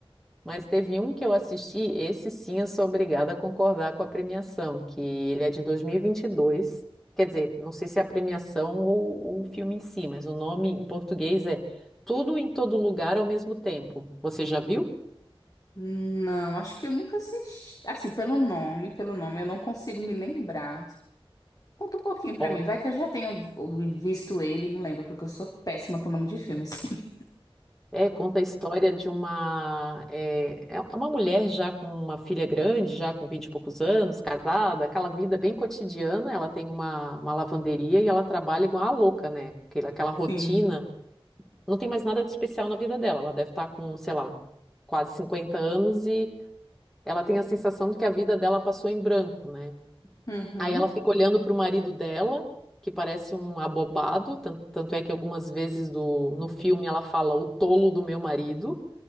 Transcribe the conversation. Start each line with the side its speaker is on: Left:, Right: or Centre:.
Centre: Mas teve um que eu assisti, esse sim eu sou obrigada a concordar com a premiação, que ele é de 2022. Quer dizer, não sei se é a premiação ou o filme em si, mas o nome em português é Tudo em Todo Lugar ao Mesmo Tempo. Você já viu?
Left: Não, acho que eu nunca assisti. Assim, pelo nome, pelo nome, eu não consigo me lembrar. Conta um pouquinho pra
Centre: Ó,
Left: mim. Vai que eu já tenha visto ele, não lembro, porque eu sou péssima com o nome de filme, assim. <laughs>
Centre: É, conta a história de uma, é, é uma mulher já com uma filha grande, já com 20 e poucos anos, casada, aquela vida bem cotidiana. Ela tem uma, uma lavanderia e ela trabalha igual a louca, né? Aquela, aquela rotina
Left: Sim.
Centre: não tem mais nada de especial na vida dela. Ela deve estar com, sei lá, quase 50 anos e ela tem a sensação de que a vida dela passou em branco, né?
Left: Uhum.
Centre: Aí ela fica olhando para o marido dela, que parece um abobado, tan- tanto é que algumas vezes do, no filme ela fala o tolo do meu marido,